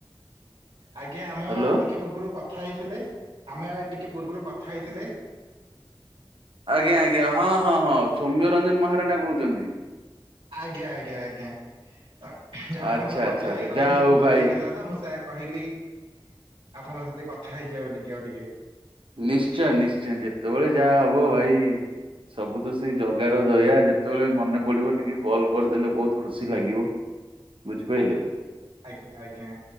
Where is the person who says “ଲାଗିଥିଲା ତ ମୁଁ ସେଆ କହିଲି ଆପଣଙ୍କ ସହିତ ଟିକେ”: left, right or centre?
Right